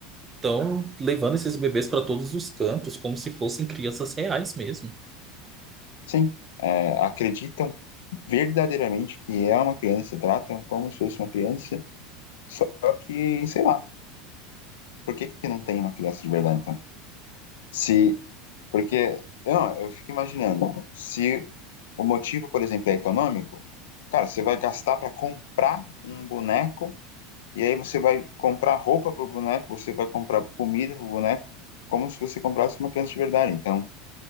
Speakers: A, on the right; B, on the left.
A: estão levando esses bebês para todos os cantos, como se fossem crianças reais mesmo.
B: Sim. É, acreditam verdadeiramente que é uma criança, tratam como se fosse uma criança, só que, sei lá, por que que não tem uma criança de verdade, então? Se, porque, não, eu fico imaginando, se O motivo, por exemplo, é econômico. Cara, você vai gastar para comprar um boneco e aí você vai comprar roupa para o boneco, você vai comprar comida para o boneco, como se você comprasse uma criança de verdade. Então,